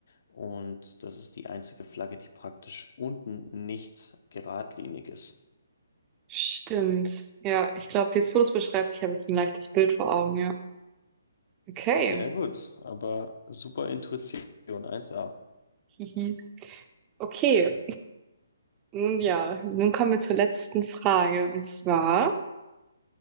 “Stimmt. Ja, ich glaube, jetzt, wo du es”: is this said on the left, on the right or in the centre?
Right